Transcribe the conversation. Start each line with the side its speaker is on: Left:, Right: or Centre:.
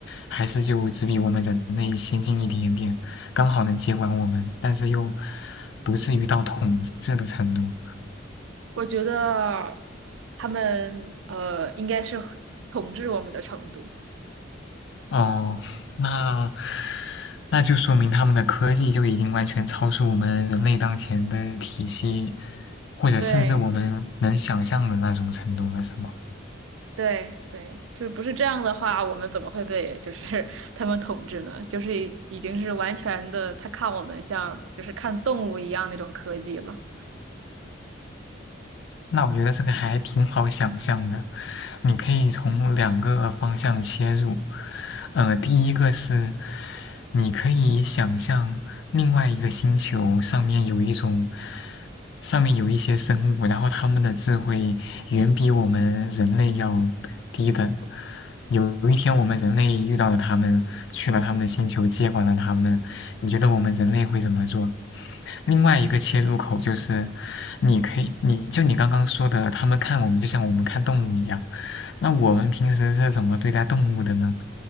Left: 还是就只比我们人类先进一点点，刚好能接管我们，但是又不至于到统治的程度？
Right: 我觉得他们呃应该是统治我们的程度。
Left: 哦，那那就说明他们的科技就已经完全超出我们人类当前的体系，或者甚至我们能想象的那种程度了，
Right: 对。
Left: 是吗？
Right: 对对，就是不是这样的话，我们怎么会被就是 <laughs> 他们统治呢？就是已已经是完全的，他看我们像就是看动物一样那种科技了。
Left: 那我觉得这个还挺好想象的，你可以从两个方向切入。呃，第一个是你可以想象另外一个星球上面有一种，上面有一些生物，然后他们的智慧远比我们人类要低等。有一天我们人类遇到了他们，去了他们的星球，接管了他们，你觉得我们人类会怎么做？另外一个切入口就是，你可以，你就你刚刚说的，他们看我们就像我们看动物一样。那我们平时是怎么对待动物的呢？